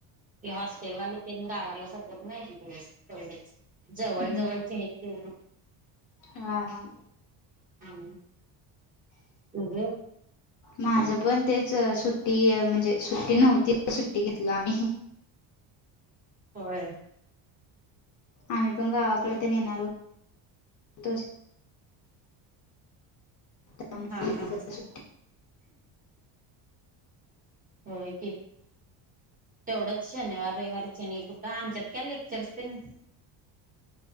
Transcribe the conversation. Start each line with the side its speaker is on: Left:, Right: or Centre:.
Right: ते हॉस्टेलवाले तेन गावाला जातात नाही एक दिवस तेवढच जवळ
Left: हम्म
Right: जवळची
Left: हम्म.
Right: आहेत तेवढी
Left: हा हा.
Right: हा तुझं?
Left: माझ पण तेच सुट्टी म्हणजे सुट्टी नव्हती सुट्टी घेतल्या आम्ही
Right: होय
Left: आम्हीपण गावाकडं तेन येणार हुतोच त्यामुळे
Right: हा हा
Left: इकडे सुट्टी
Right: होय की तेवढंच शनिवार रविवारी कुठं आमच्यात काय लेक्चर्स तेन